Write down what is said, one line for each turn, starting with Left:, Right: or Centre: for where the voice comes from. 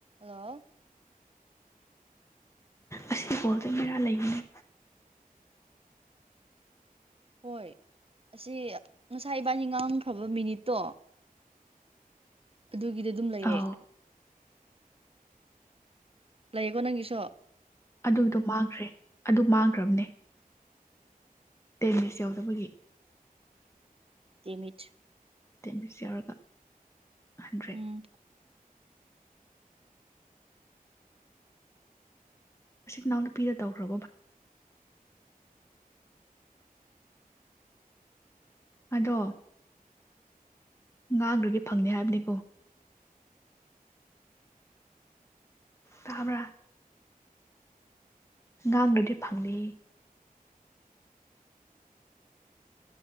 Right: hello
Left: ꯑꯁꯤꯗꯤ ꯀꯣꯜꯗ ꯃꯦꯔꯥ ꯂꯩꯕꯅꯤ
Right: ꯍꯣꯏ ꯑꯁꯤ ꯉꯁꯥꯏ ꯏꯕꯥꯅꯤ ꯉꯥꯡꯈ꯭ꯔꯕ ꯃꯤꯅꯤꯠꯇꯣ ꯑꯗꯨꯒꯤꯗꯤ ꯑꯗꯨꯝ ꯂꯩꯌꯦ
Left: ꯑꯥꯎ
Right: ꯂꯩꯌꯦꯀꯣ ꯅꯪꯒꯤꯁꯨ
Left: ꯑꯗꯨꯒꯤꯗꯣ ꯃꯥꯡꯈ꯭ꯔꯦ ꯑꯗꯨ ꯃꯥꯡꯈ꯭ꯔꯕꯅꯦ ꯇꯦꯟ ꯃꯤꯁ ꯌꯧꯗꯕꯒꯤ
Right: ꯇꯤꯃꯤꯠ
Left: ꯇꯦꯃꯤꯅꯤꯁ ꯌꯧꯔꯒ ꯍꯟꯗ꯭ꯔꯦꯠ
Right: ꯎꯝ
Left: ꯎꯆꯤ ꯏꯅꯥꯎꯅꯨꯄꯤꯅ ꯇꯧꯈ꯭ꯔꯕꯣ ꯕ ꯑꯗꯣ ꯉꯥꯡꯗ꯭ꯔꯗꯤ ꯐꯪꯅꯤ ꯍꯥꯏꯕꯅꯤꯀꯣ ꯇꯥꯕ꯭ꯔꯥ ꯉꯥꯡꯅꯗꯤ ꯐꯪꯅꯤ